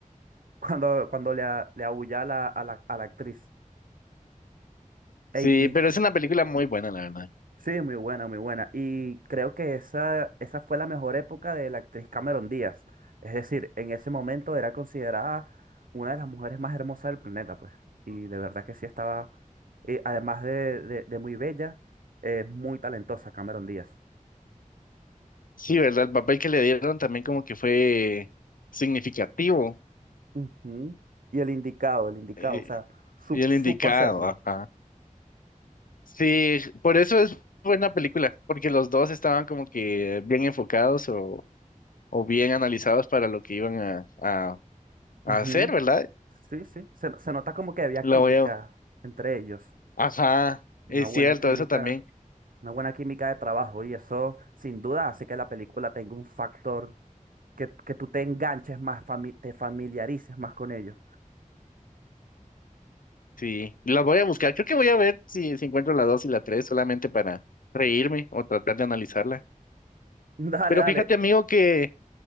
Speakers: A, on the right; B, on the left.
A: <laughs> cuando, cuando le, a- le aúlla a la, a la, a la actriz.
B: Sí,
A: Ey,
B: pero es una película muy buena, la verdad.
A: Sí, muy buena, muy buena. Y creo que esa, esa fue la mejor época de la actriz Cameron Díaz. Es decir, en ese momento era considerada una de las mujeres más hermosas del planeta, pues. Y de verdad que sí estaba, y además de, de- de muy bella, es muy talentosa Cameron Díaz.
B: Sí, ¿verdad? El papel que le dieron también como que fue significativo
A: Ujú. Y el indicado, el indicado,
B: eh,
A: o sea, sup-
B: y el
A: supo
B: indicado,
A: hacerlo.
B: ajá. Sí, por eso es buena película, porque los dos estaban como que bien enfocados o, o bien analizados para lo que iban a, a, a
A: Ujú.
B: hacer, ¿verdad?
A: Sí, sí, se, se nota como que había
B: Lo
A: química
B: a,
A: entre ellos,
B: Ajá,
A: una
B: es
A: buena
B: cierto,
A: química.
B: eso también.
A: una buena química de trabajo y eso sin duda hace que la película tenga un factor que, que tú te enganches más, fami- te familiarices más con ellos.
B: Sí, la voy a buscar. Creo que voy a ver si, si encuentro la dos y la tres solamente para reírme o tratar de analizarla.
A: <laughs> Dale,
B: Pero
A: dale,
B: fíjate, amigo, que,